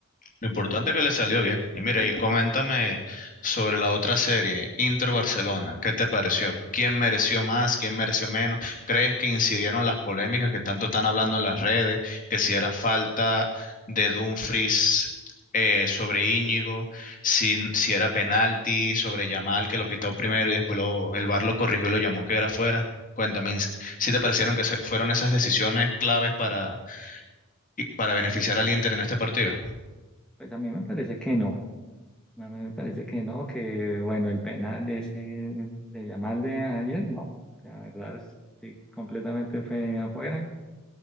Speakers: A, on the left; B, in the centre.
A: Lo importante
B: eh,
A: es que le salió bien. Y mira,
B: bien.
A: y coméntame sobre la otra serie, Inter Barcelona. ¿Qué te pareció? ¿Quién mereció más? ¿Quién mereció menos? ¿Crees que incidieron las polémicas que tanto están hablando en las redes? Que si era falta de Dumfries eh, sobre Íñigo, si, si era penalti sobre Yamal, que lo pitó primero y después lo- el VAR lo corrigió y lo llamó que era fuera. Cuéntame, ins- ¿si te parecieron que se- fueron esas decisiones claves para, y para beneficiar al Inter en este partido?
B: pues a mí me parece que no, a mí me parece que no, que bueno, el penal ese de Yamal de ayer, no, la verdad, sí, completamente fue afuera,